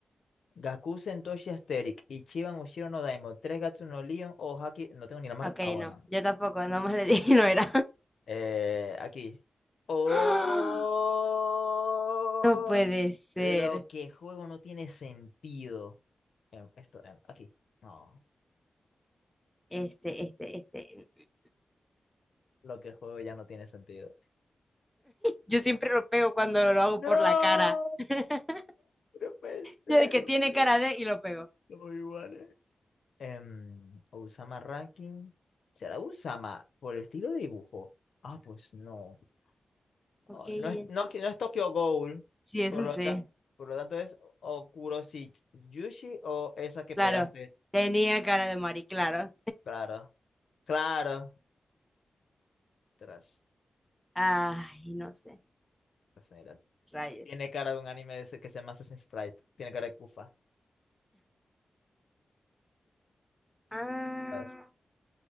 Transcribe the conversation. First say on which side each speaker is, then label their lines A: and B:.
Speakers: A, on the left; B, in the centre.
A: Gaku Sentoshi Asterix, Ichiban Ushiro no Daimon, Tres Gatsu no Leon o Haki. No tengo ni la mar.
B: Ok,
A: Ah, bueno.
B: no,
A: no.
B: yo tampoco, nada más le dije, <laughs> no era.
A: Eh, aquí. Oh,
B: <gasps> No puede ser.
A: lo que juego no tiene sentido. Em, esto, em, aquí. No,
B: Este, este, este.
A: lo que juego ya no tiene sentido.
B: Yo siempre lo pego cuando lo hago
A: No,
B: por la cara. <laughs>
A: no puede ser.
B: Yo de que
A: No
B: tiene
A: puede-
B: cara de y lo pego.
A: somos iguales. Em, Usama Ranking. ¿Será Usama por el estilo de dibujo? Ah, pues no. o-
B: Ok, entonces.
A: No es, no, que- no es Tokyo Ghoul,
B: Sí, eso
A: por lo,
B: sí.
A: ta- por lo tanto es Okurosi Yushi o esa que
B: Claro.
A: pegaste.
B: Tenía cara de Mari, claro.
A: Claro, claro. Tras,
B: Ay, no sé.
A: pues mira,
B: Rayos.
A: tiene cara de un anime de ese que se llama Assassin's Creed. Tiene cara de Kufa.
B: Ah,
A: Tras,